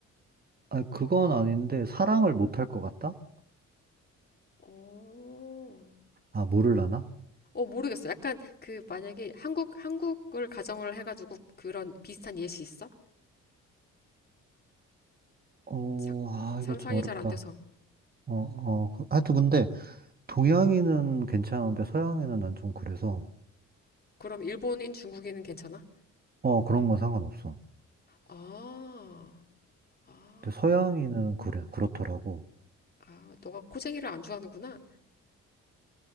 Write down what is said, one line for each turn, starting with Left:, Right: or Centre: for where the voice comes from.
Right: 아, 그건 아닌데, 사랑을 못할 것 같다?
Left: 어,
Right: 아, 모를라나?
Left: 어, 모르겠어. 약간 그 만약에 한국, 한국을 가정을 해가지고 그런 비슷한 예시 있어?
Right: 어,
Left: 상,
Right: 아,
Left: 상상이
Right: 이거 좀 어렵다.
Left: 잘 안 돼서.
Right: 어, 어, 그- 하여튼 근데, 동양인은 괜찮은데, 서양인은 난 좀 그래서,
Left: 그럼 일본인, 중국인은 괜찮아?
Right: 어, 그런 건 상관없어.
Left: 아. 아,
Right: 근데 서양인은 그래, 그렇더라고.
Left: 아, 너가 코쟁이를 안 좋아하는구나.